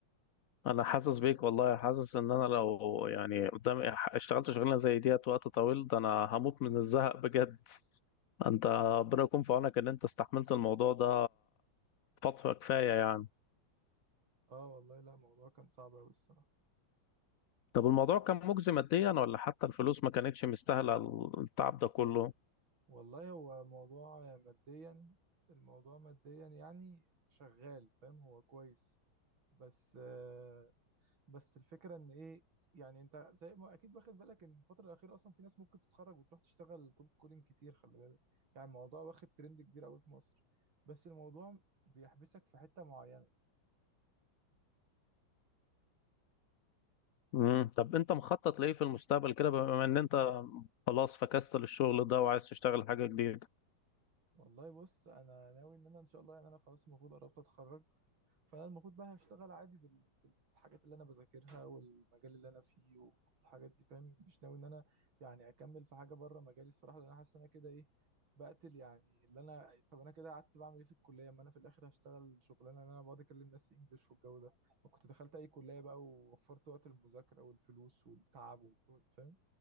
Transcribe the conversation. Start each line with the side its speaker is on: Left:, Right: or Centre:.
Left: انا حاسس بيك والله حاسس ان انا لو يعني قدامي اشتغلت شغلانه زي ديت وقت طويل ده انا هموت من الزهق بجد انت ربنا يكون في عونك ان انت استحملت الموضوع ده فتره كفايه يعني
Right: آه والله لا الموضوع كان صعب أوي الصراحة
Left: طب الموضوع كان مجزي ماديا ولا حتى الفلوس ما كانتش مستاهله التعب ده كله
Right: والله هو موضوع ماديا الموضوع ماديا يعني شغال فاهم هو كويس بس آه بس الفكره ان ايه يعني انت زي ما اكيد واخد بالك ان الفتره الاخيره اصلا في ناس ممكن تتخرج وتروح تشتغل كولد كولينج كتير خلي بالك يعني الموضوع واخد ترند كبير قوي في مصر بس الموضوع بيحبسك في حته معينه
Left: مم. طب انت مخطط لايه في المستقبل كده بما ان انت خلاص فكست للشغل ده وعايز تشتغل حاجة جديدة
Right: والله بص انا ناوي ان انا ان شاء الله يعني انا خلاص المفروض قربت اتخرج فانا المفروض بقى هشتغل عادي الحاجات اللي انا بذاكرها والمجال اللي انا فيه والحاجات دي فاهم مش ناوي ان انا يعني اكمل في حاجه بره مجالي الصراحه لان انا حاسس ان انا كده ايه بقتل يعني اللي انا طب انا كده قعدت بعمل ايه في الكليه ما انا في الاخر هشتغل شغلانه ان انا بقعد اكلم ناس انجلش والجو ده ما كنت دخلت اي كليه بقى ووفرت وقت المذاكره والفلوس والتعب والجهد فاهم